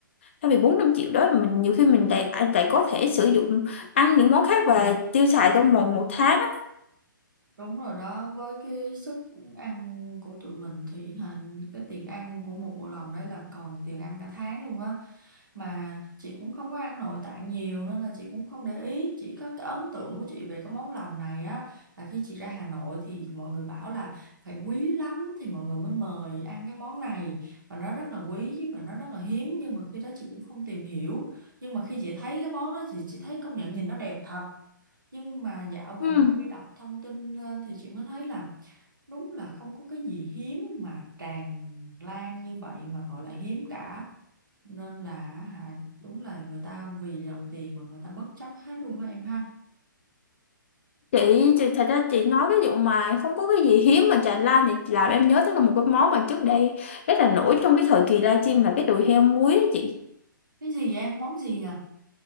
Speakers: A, on the left; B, on the right.
A: Thay vì bốn năm triệu đó mình nhiều khi mình lại à, lại có thể sử dụng ăn những món khác và tiêu xài trong vòng một tháng á.
B: Đúng rồi đó, với cái sức ăn của tụi mình thì hà, cái tiền ăn của một bộ lòng đấy là còn tiền ăn cả tháng luôn á. Mà chị cũng không có ăn nội tạng nhiều nên là chị cũng không để ý. Chỉ có cái ấn tượng của chị về cái món lòng này á là khi chị ra Hà Nội thì mọi người bảo là phải quý lắm thì mọi người mới mời ăn cái món này. Và nó rất là quý và nó rất là hiếm nhưng mà khi đó chị cũng không tìm hiểu. Nhưng mà khi chị thấy cái món đó thì chị thấy công nhận nhìn nó đẹp thật nhưng mà dạo gần
A: Ừ.
B: đây đọc thông tin lên thì chị mới thấy là đúng là không có cái gì hiếm mà tràn lan như vậy mà gọi là hiếm cả nên là hả đúng là người ta vì dòng tiền mà người ta bất chấp hết luôn á em ha
A: Chị, chị thật ra chị nói cái vụ mà không có cái gì hiếm mà trà lan thì làm em nhớ tới là một cái món mà trước đây rất là nổi trong cái thời kỳ livestream là cái đùi heo muối á chị.
B: cái gì em món gì nhỉ